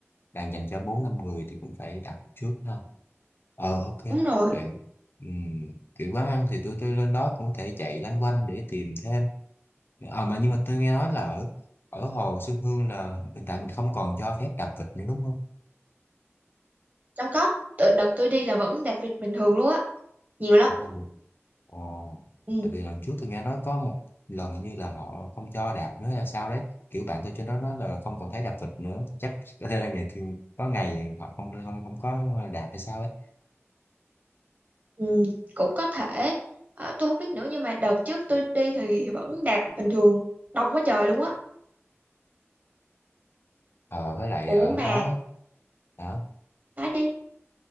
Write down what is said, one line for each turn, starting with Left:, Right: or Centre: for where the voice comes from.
Left: Đang dành cho bốn năm người thì cũng phải đặt trước ha. Ờ ok.
Right: đúng rồi
Left: Vậy, ừm, kiểu quán ăn thì tôi tôi lên đó cũng có thể chạy loanh quanh để tìm thêm. Ờ mà nhưng mà tôi nghe nói là ở ở Hồ Xuân Hương là hiện tại mình không còn cho phép đạp vịt nữa đúng không?
Right: đâu có Tự- đợt tôi đi là vẫn đặt vịt bình thường luôn á nhiều lắm
Left: Vẫn không được. Ồ,
Right: Ừ.
Left: tại vì lần trước tôi nghe nói có một lần hình như là họ không cho đạp nữa là sao đấy. Kiểu bạn tôi trên đó nói là không còn thấy đạp vịt nữa. Chắc có thể là ngày thường có ngày họ không không không có đạp hay sao ấy.
Right: Ừ, cũng có thể Ờ, tôi không biết nữa nhưng mà đợt trước tôi đi thì vẫn đạt bình thường đông quá trời luôn á
Left: Ờ với lại
Right: ủa
Left: ở
Right: mà
Left: đó đó
Right: nói đi